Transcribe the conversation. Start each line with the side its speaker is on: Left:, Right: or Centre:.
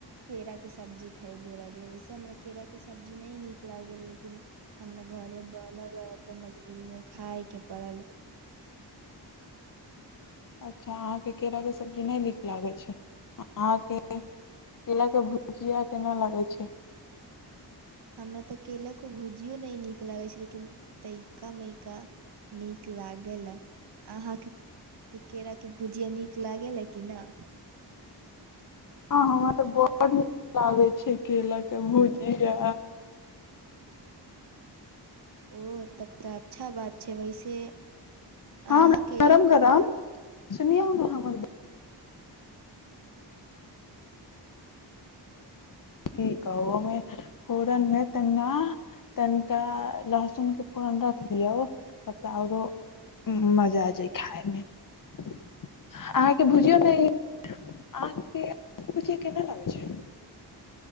Right: केरा के सबब्जी खैली रहलियै वैसे हमरा केराके सब्जी नहि नीक लागल लेकिन हमरा घरे बनल रहलक तऽ मजबूरीमे खायके पड़ल
Left: अच्छा अहाँके केराके सबजी नहि नीक लागै छै अहाँके केराके भुजिया केना लागय छै
Right: हमरा तऽ केलाके भुजियो नहि नीक लागैत छै लेकिन तैका मैइका नीक लागै अहाँके केराके भुजिया नीक लागै ला कि न
Left: हँ हमरा तऽ बड नीक लागे छै केला के भुजिया
Right: ओ तब तऽ अच्छा बात छै वैसे अहाँके
Left: हँ गरम गरम सुनियौ ने हमर ब की कहू ओहिमे फोरनमे तन तनिका लहसुनके फोरन रख दियौ तऽ आरो मजा आ जाय खाायमे अहाँके भुजियो नय अहाँके भुजियो केना लगय छै